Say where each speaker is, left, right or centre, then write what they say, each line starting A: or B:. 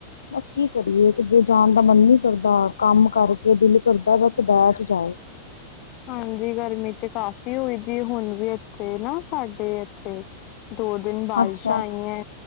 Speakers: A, on the left; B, on the left.
A: ਬਸ ਕੀ ਕਰੀਏ ਕਿਤੇ ਜਾਣ ਦਾ ਮਨ ਨਹੀਂ ਕਰਦਾ, ਕੰਮ ਕਰਕੇ ਦਿਲ ਕਰਦਾ ਬਸ ਬੈਠ ਜਾਓ।
B: ਹਾਂਜੀ ਗਰਮੀ ਤੇ ਕਾਫੀ ਹੋਈ ਦੀ ਹੁਣ ਵੀ ਇੱਥੇ ਨਾ ਸਾਡੇ ਇੱਥੇ ਦੋ ਦਿਨ ਬਾਰਿਸ਼ਾਂ
A: ਅੱਛਾ
B: ਆਈਆਂ